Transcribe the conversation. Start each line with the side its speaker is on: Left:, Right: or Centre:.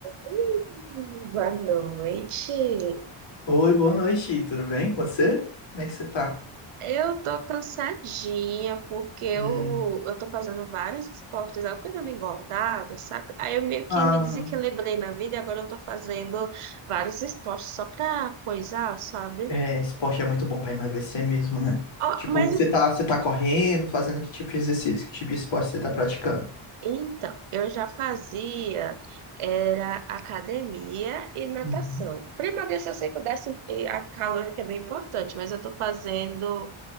Right: Oi, boa noite.
Left: Oi, boa noite, tudo bem com você? Como é que você tá?
Right: Eu tô cansadinha porque eu,
Left: Hum,
Right: eu tô fazendo vários esportes, eu quero me engordada, sabe? Aí eu meio que
Left: ah,
Right: me desequilibrei na vida e agora eu tô fazendo vários esportes só pra coisar, sabe?
Left: é, esporte é muito bom pra emagrecer mesmo, né?
Right: Ó,
Left: Tipo,
Right: mas
Left: você tá, você tá correndo, fazendo que tipo de exercício, que tipo de esporte você tá praticando?
Right: Então, eu já fazia era academia e natação.
Left: Uhum.
Right: Para emagrecer, eu sei que o déficit e a calórica é bem importante, mas eu estou fazendo